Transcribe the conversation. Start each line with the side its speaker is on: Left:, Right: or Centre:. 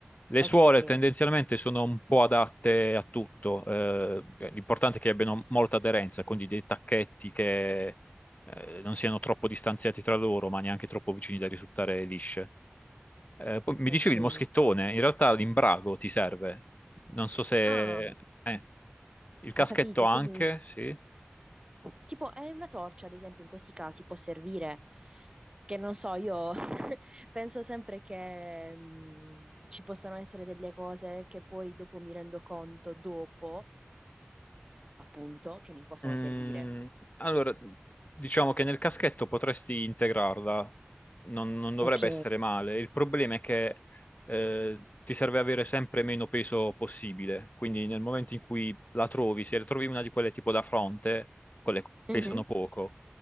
Left: Le
Right: ok,
Left: suole
Right: ok.
Left: tendenzialmente sono un po' adatte a tutto, eh, l'importante è che abbiano molta aderenza, quindi dei tacchetti che eh, non siano troppo distanziati tra loro, ma neanche troppo vicini da risultare lisce. Eh, poi mi
Right: Ok.
Left: dicevi il moschettone, in realtà l'imbrago ti serve. Non so se...
Right: Ah,
Left: eh, il caschetto
Right: ho capito,
Left: anche,
Right: quindi
Left: sì.
Right: Tipo, è una torcia, ad esempio, in questi casi può servire, che non so, io <laughs> penso sempre che mh, ci possano essere delle cose che poi dopo mi rendo conto, dopo, appunto, che mi possano
Left: Mm,
Right: servire.
Left: allora, diciamo che nel caschetto potresti integrarla, non, non dovrebbe
Right: Ok.
Left: essere male. Il problema è che eh, ti serve avere sempre meno peso possibile, quindi nel momento in cui la trovi, se trovi una di quelle tipo da fronte, quelle che
Right: Mhm.
Left: pesano poco,